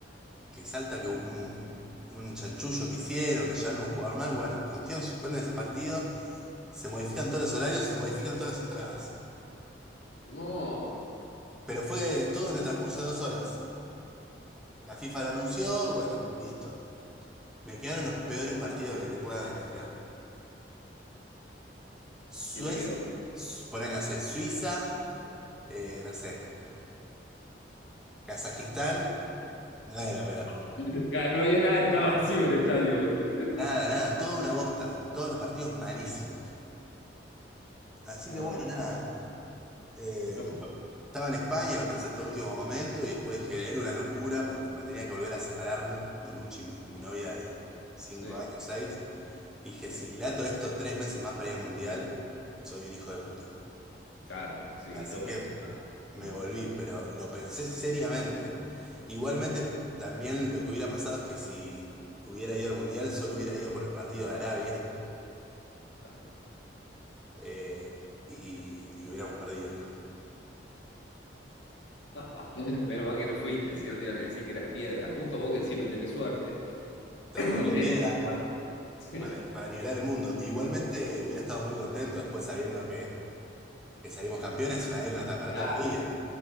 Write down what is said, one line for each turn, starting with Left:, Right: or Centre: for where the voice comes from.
Centre: que salta que un, un chanchullo que hicieron, que llevaron un jugador mal, bueno, cuestión, suspenden ese partido, se modifican todos los horarios, se modifican todas las entradas.
Left: No.
Centre: Pero fue todo en el transcurso de dos horas. La FIFA lo anunció, bueno, listo. Me quedaron los peores partidos que te puedas imaginar. Suez,
Left: ¿Qué te quedó?
Centre: ponele, no sé, Suiza, eh, no sé, Kazajistán, no era, pero
Left: <laughs> Ya, no había nada, estaba vacío el estadio, ¿viste? <laughs>
Centre: nada, nada, toda una bosta, todos los partidos malísimos. Así
Left: No,
Centre: que bueno, nada. Eh,
Left: no fue.
Centre: estaba en España, lo pensé hasta último momento y después dije, era una locura porque me tenía que volver a separarme de Luchi, mi, mi novia de cinco
Left: Sí,
Centre: años, seis Y dije,
Left: sí.
Centre: si dilato esto tres meses más para ir al mundial, soy un hijo de puta.
Left: Claro, sí,
Centre: Así
Left: tengo
Centre: que
Left: que activar.
Centre: me
Left: Mm,
Centre: volví, pero lo pensé seriamente. Igualmente, también lo que hubiera pasado es que si hubiera ido al mundial, solo hubiera ido por el partido de Arabia
Left: Claro.
Centre: eh, y, y hubiéramos perdido.
Left: <laughs> Menos mal que no fuiste, si no te iban a decir que eras piedra. Justo vos que siempre tenés suerte.
Centre: Terrible
Left: <clears throat> Eras
Centre: piedra.
Left: como- <laughs> Sí.
Centre: para, para nivelar el mundo. Igualmente hubiera estado muy contento después sabiendo que, que salimos campeones, una anécdota para
Left: Claro.
Centre: toda la vida.